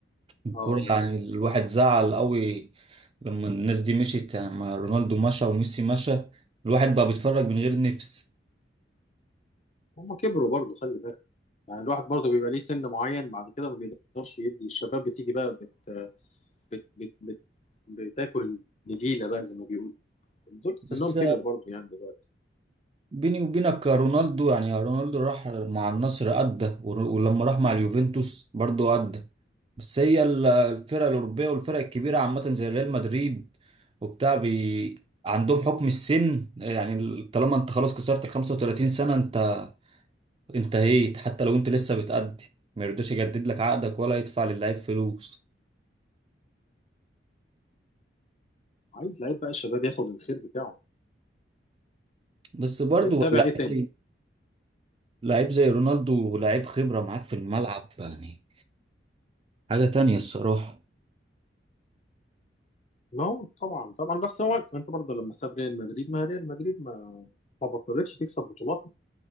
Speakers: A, on the right; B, on the left.
A: الكورة
B: اه اه آه.
A: يعني الواحد زعل قوي لما الناس دي مشيت يعني ما رونالدو مشى وميسي مشى الواحد بقى بيتفرج من غير نفس
B: هم كبروا برضه خلي بالك يعني الواحد برضه بيبقى ليه سن معين بعد كده ما بيقدرش يدي الشباب بتيجي بقى بت بت بت بت بتاكل النجيله بقى زي ما بيقولوا دول سنهم
A: بس
B: كبر برضه يعني دلوقتي
A: بيني وبينك يا رونالدو يعني يا رونالدو راح مع النصر أدى ور- ولما راح مع اليوفنتوس برضو أدى بس هي ال- الفرق الأوروبية والفرق الكبيرة عامة زي ريال مدريد وبتاع بي عندهم حكم السن يعني طالما انت خلاص كسرت ال 35 سنة انت انتهيت حتى لو انت لسه بتأدي ما يرضاش يجدد لك عقدك ولا يدفع للعيب فلوس
B: عايز لعيب بقى الشباب ياخد الخير بتاعه
A: بس برضو
B: بتتابع
A: لعيب
B: ايه تاني؟
A: لعيب زي رونالدو لعيب خبرة معاك في الملعب يعني حاجة تانية الصراحة
B: نو طبعا طبعا بس هو انت برضه لما ساب ريال مدريد ما ريال مدريد ما ما بطلتش تكسب بطولات